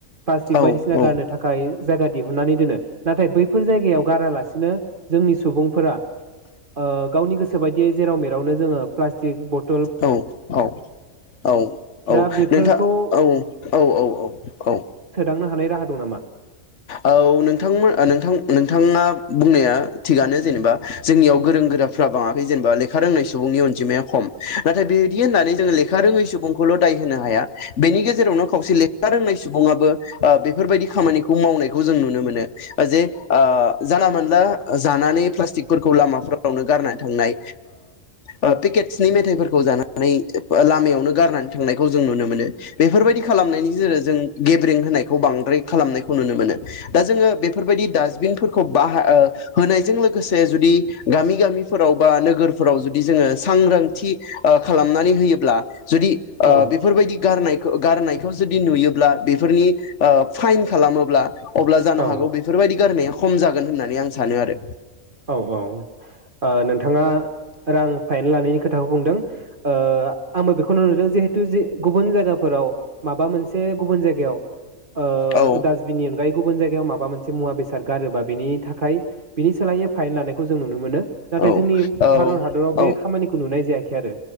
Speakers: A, on the right; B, on the left.
A: प्लास्टिक
B: औ
A: बायदिसिना गारनो
B: औ
A: थाखाय जायगा दिहुननानै दोनो नाथाय बैफोर जायगायाव गारालासिनो जोंनि सुबुंफोरा ओ गावनि गोसो बायदियै जेराव मेरावनो जोङो प्लास्टिक ब
B: औ औ औ औ
A: दा बेफोरखौ
B: नोंथां औ औ औ औ औ
A: थांनो हानाय राहा दं नामा?
B: औ नोंथांमोन नोंथां नोंथाङा बुंनाया थिगानो जेनेबा जोंनियाव गोरों गोराफ्रा बाङाखै जेनेबा लेखा रोंनाय सुबुंनि अनजिमाया खम नाथाय बेदि होननानै जोंङो लेखा रोङै सुबुंखौल दाय होनो हाया बेनि गेजेरावनो खावसे लेखा रोंनाय सुबुङाबो बेफोरबायदि खामानिखौ मावनायखौ जों नुनो मोनो जे ओ जानला मोनला जानानै प्लास्टिकफोरखौ लामाफोरावनो गारनानै थांनाय ओ पेकेटसनि मेथाइफोरखौ जानानै लामायावनो गारनानै थांनायखौ जों नुनो मोनो बेफोरबायदि खालामनायनि गेजेरजों जों गेब्रें होनायखौ बांद्राय खालामनाय खौ नुनो मोनो दा जोङो बेफोरबायदि डासबिनफोरखौ बाहा ओ होनायजों लोगोसे जुदि गामि गामिफोराव बा नोगोरफोराव जुदि जोङो सांग्रांथि ओ खालामनानै होयोब्ला जुदि
A: औ
B: ओ बेफोरबायदि गारनाय खौ गारनायखौ जदि नुयोब्ला बेफोरनि ओ फाइन खालामोब्ला अब्ला जानो
A: औ
B: हागौ बेफोरबायदि गारनायाव खम जागोन होननानै आं सानो आरो
A: औ औ ओ नोंथाङा रां फाइन लानायनि खोथाखौ बुंदों ओ आंबो बेखौनो नुदों जिहेथु जे गुबुन जायगाफोराव माबा मोनसे गुबुन जायगायाव ओ
B: औ
A: दासबिननि आनगायै गुबुन जायगायाव माबा मोनसे मुवा बेसाद गारोबा बिनि थाखाय बिनि सोलायै फाइन लानायखौ जों नुनो मोनो‌ नाथाय
B: औ
A: जोंनि
B: औ
A: भारत हादराव बे
B: औ
A: खामानिखौ नुनाय जायाखै खै आरो